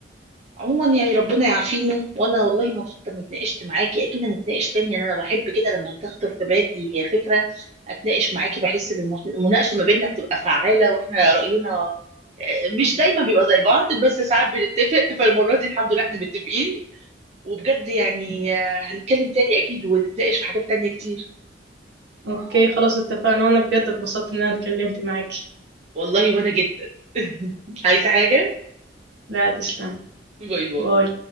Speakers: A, on the right (about 35°); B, on the right (about 65°).
A: عموما يعني ربنا يعافينا وانا والله مبسوطه اني اتناقشت معاكي اكيد هنتناقش تاني يعني انا بحب كده لما تخطر في بالي فكره اتناقش معاكي بحس ان المس- المناقشه ما بيننا بتبقى فعاله واحنا راينا آه، مش دايما بيبقى زي بعض بس ساعات بنتفق <laughs> فالمره دي الحمد لله احنا متفقين وبجد يعني آه، هنتكلم تاني اكيد ونتناقش في حاجات تانية كتير
B: اوكي خلاص اتفقنا وانا بجد اتبسطت ان انا اتكلمت معاكي
A: والله وانا جدا <laughs> عايزه حاجه
B: لا تسلم
A: باي باي
B: باي